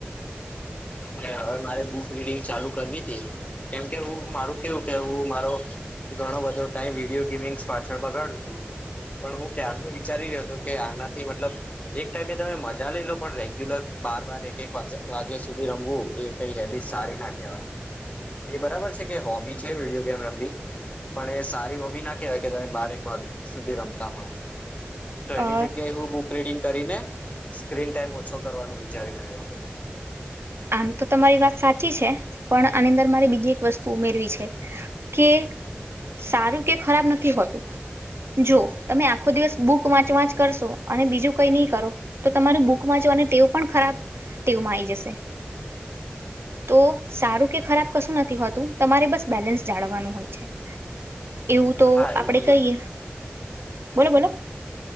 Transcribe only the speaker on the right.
અ
આમ તો તમારી વાત સાચી છે, પણ આની અંદર મારે બીજી એક વસ્તુ ઉમેરવી છે. કે, સારું કે ખરાબ નથી હોતું. જો તમે આખો દિવસ બુક વાંચ વાંચ કરશો અને બીજું કઈ નહી કરો. તો તમારું બુક માં જો અને તેઓ પણ ખરાબ તેવમાં આ આવી જશે. તો સારું કે ખરાબ કશું નથી હોતું તમારે બસ બેલેન્સ જાળવાનું હોય છે. એવું તો
આપડે
કહીએ, બોલો બોલો.